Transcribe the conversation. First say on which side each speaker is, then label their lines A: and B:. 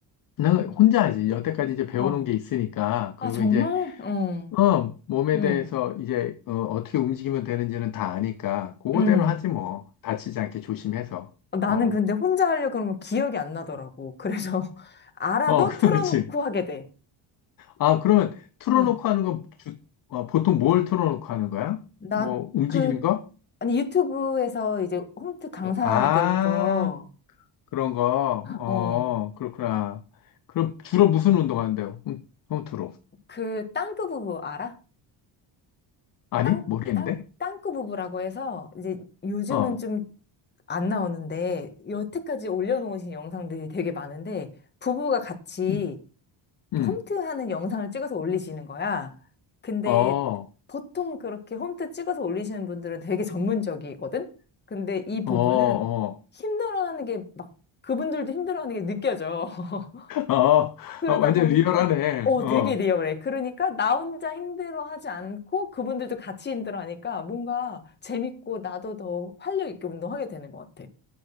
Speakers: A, on the left (about 45°); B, on the left (about 20°).
A: 나는 혼자 하지. 여태까지 이제 배워놓은
B: 어.
A: 게 있으니까.
B: 아,
A: 그리고
B: 정말?
A: 이제,
B: 어.
A: 어, 몸에
B: 응,
A: 대해서 이제, 어, 어떻게 움직이면 되는지는 다 아니까. 그거대로
B: 응.
A: 하지 뭐. 다치지 않게 조심해서.
B: 어, 나는
A: 어,
B: 근데 혼자 하려고 그러면 기억이 안 나더라고. 그래서 <laughs> 알아도
A: 어, <laughs>
B: 틀어놓고
A: 그렇지.
B: 하게 돼.
A: 아, 그러면 틀어놓고
B: 응.
A: 하는 건 주, 어, 보통 뭘 틀어놓고 하는 거야?
B: 나,
A: 뭐, 움직이는
B: 그,
A: 거?
B: 아니, 유튜브에서 이제 홈트 강사들
A: 뭐, 아,
B: 거,
A: 그런 거. 어,
B: 어,
A: 그렇구나. 그럼 주로 무슨 운동하는데요? 음, 홈, 홈트로.
B: 그 땅끄 부부 알아?
A: 아니?
B: 땅,
A: 모르겠는데?
B: 땅, 땅끄 부부라고 해서 이제 요즘은
A: 어,
B: 좀 안 나오는데 여태까지 올려놓으신 영상들이 되게 많은데 부부가 같이
A: 음, 음.
B: 홈트하는 영상을 찍어서 올리시는 거야. 근데
A: 어.
B: 보통 그렇게 홈트 찍어서 올리시는 분들은 되게 전문적이거든? 근데 이 부부는
A: 어, 어,
B: 힘들어하는 게 막 그분들도 힘들어하는 게 느껴져. <laughs>
A: 어,
B: 그러다
A: 어, 완전
B: 보니까
A: 리얼하네.
B: 어
A: 어.
B: 되게 리얼해. 그러니까 나 혼자 힘들어하지 않고 그분들도 같이 힘들어하니까 뭔가 재밌고 나도 더 활력 있게 운동하게 되는 것 같아.